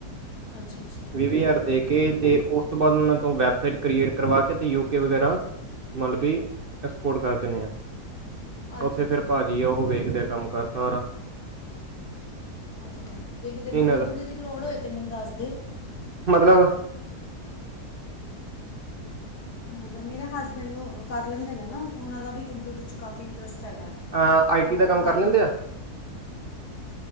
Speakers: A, on the left (about 80°); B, on the right (about 50°).
A: ਅੱਛਾ- ਅੱਛਾ।
B: ਵੀਹ ਹਜ਼ਾਰ ਦੇ ਕੇ, ਤੇ ਉਸ ਤੋਂ ਬਾਅਦ ਉਹਨਾਂ ਤੋਂ ਵੈਬਸਾਈਟ ਕ੍ਰੀਏਟ ਕਰਵਾ ਕੇ ਤੇ ਯੂਕੇ ਵਗੈਰਾ ਮਤਲਬ ਵੀ, ਐਕਸਪੋਰਟ ਕਰ ਦਿੰਦੇ ਹਾਂ।
A: ਅੱਛਾ
B: ਉੱਥੇ
A: ਅੱਛਾ
B: ਫਿਰ ਭਾਜੀ ਉਹ ਵੇਖਦੇ ਆ ਕੰਮ ਕਰ ਸਾਰਾ
A: ਅੱਛਾ -ਅੱਛਾ ਜੇ ਕਿਤੇ
B: ਇਹਨਾਂ
A: ਬੰਦੇ -ਬੁੰਦੇ
B: ਦਾ
A: ਦੀ ਲੋੜ ਹੋਏ ਤੇ ਮੈਨੂੰ ਦੱਸ ਦਿਓ।
B: ਮਤਲਬ
A: ਮਤਲਬ, ਮੇਰੇ ਹਸਬੈਂਡ ਨੂੰ ਕਰ ਲੈਂਦੇ ਨੇ ਨਾ ਉਹਨਾਂ ਦਾ ਵੀ ਕੰਪਿਊਟਰ ਚ ਕਾਫ਼ੀ ਇੰਟਰਸਟ ਹੈਗਾ
B: ਅ ਆਈਟੀ
A: ਅਤੇ ਉਹ
B: ਦਾ ਕੰਮ
A: ਕਰ
B: ਲੈਂਦੇ
A: ਲੈਣ
B: ਆ